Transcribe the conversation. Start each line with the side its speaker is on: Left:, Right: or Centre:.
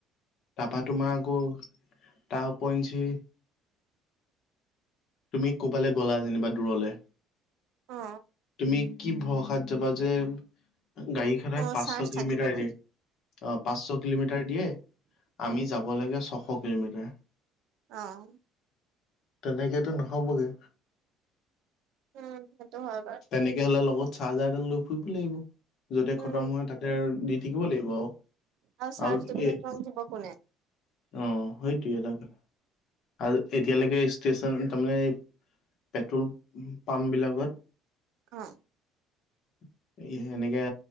Left: তাপা তোমাৰ আকৌ তাৰ উপৰিঞ্চি তুমি ক'বালে গলা যেনিবা দূৰলে,
Right: অ
Left: তুমি কি ভৰসাত যাবা যে গাড়ী খনে
Right: অ
Left: পাঁচশ
Right: চাৰ্জ
Left: কিলোমিটাৰ
Right: থাকিব
Left: দিয়ে অ', পাঁচশ কিলোমিটাৰ দিয়ে আমি যাব লাগে ছশ কিলোমিটাৰ।
Right: অ',
Left: তেনেকেতো নহবগে
Right: উম সেইটো হয় বাৰু
Left: তেনেকে হলে লগত চাৰ্জাৰডাল লৈ ফুৰিব লাগিব। য'তে
Right: উম
Left: খতম হয় তাতে দি থাকিব লাগিব আৰু
Right: চাৰ্জ
Left: আৰু
Right: দিবলৈ
Left: এ
Right: তোমাক দিব কোনে
Left: অ', সেইটোৱে তাক আৰু এতিয়ালৈকে ষ্টেচন তাৰমানে পেট্ৰল পাম্প বিলাকত
Right: অ',
Left: <inaudible> এনেকে